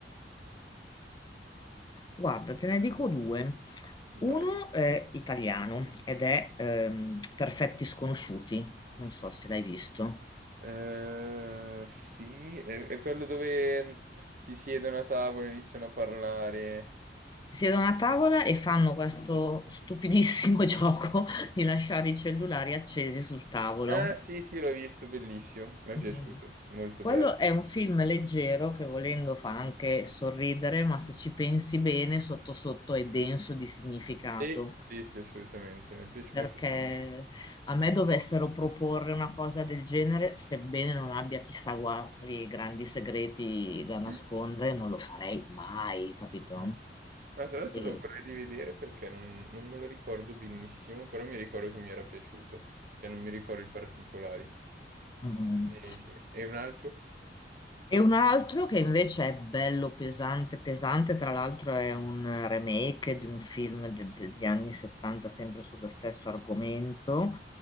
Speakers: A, on the left (about 25°); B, on the right (about 50°).
A: Guarda, te ne dico due.
B: Vai.
A: Uno è italiano ed è ehm, Perfetti Sconosciuti, non so se l'hai visto.
B: Eh, sì, è, è quello dove si siedono a tavola e iniziano a parlare.
A: Si siedono a tavola e fanno questo stupidissimo <laughs> gioco di lasciare i cellulari accesi sul tavolo.
B: Ah, sì, sì, l'ho visto, bellissimo, mi è piaciuto,
A: Mm.
B: molto
A: Quello
B: bello.
A: è un film leggero che volendo fa anche sorridere, ma se ci pensi bene, sotto sotto è denso di significato,
B: Sì, sì, sì, assolutamente, mi è piaci-
A: perché
B: mi è piaciuto.
A: a me dovessero proporre una cosa del genere, sebbene non abbia chissà quali grandi segreti da nascondere,
B: Mm,
A: non lo farei mai, capito?
B: mm. No, tra l'altro
A: E,
B: lo vorrei rivedere perché non, non me lo ricordo benissimo, però mi ricordo che mi era piaciuto, cioè non mi ricordo i particolari.
A: mm.
B: Quindi sì. E un altro?
A: E un altro che invece è bello pesante, pesante, tra l'altro è un remake di un film de- de- degli anni 70 sempre sullo stesso argomento